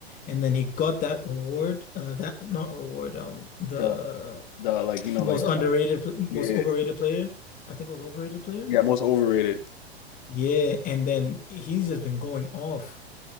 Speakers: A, on the left; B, on the left.
A: And then he got that reward uh that not reward um the
B: the the like you know
A: most
B: like
A: underrated
B: the
A: pl- most
B: yeah
A: overrated player. I think it was overrated player.
B: yeah most overrated.
A: Yeah, and then he's just been going off.